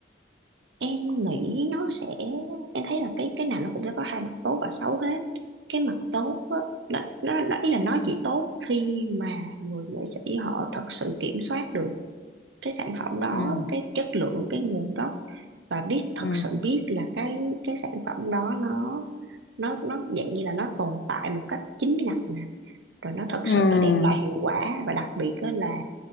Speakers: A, on the right; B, on the left.
A: em nghĩ nó sẽ em thấy là cái cái nào nó cũng sẽ có hai mặt tốt và xấu hết cái mặt tốt á, đó, nó đó, ý là nó chỉ tốt khi mà người nghệ sĩ họ thật sự kiểm soát được cái sản phẩm đó
B: Ừ, ừ,
A: cái chất lượng cái nguồn gốc và biết thật
B: ừ,
A: sự biết là cái cái sản phẩm đó nó nó nó dạng như là nó tồn tại một cách chính ngạch nè rồi nó thật
B: ừ,
A: sự là đem lại hiệu quả và đặc biệt á là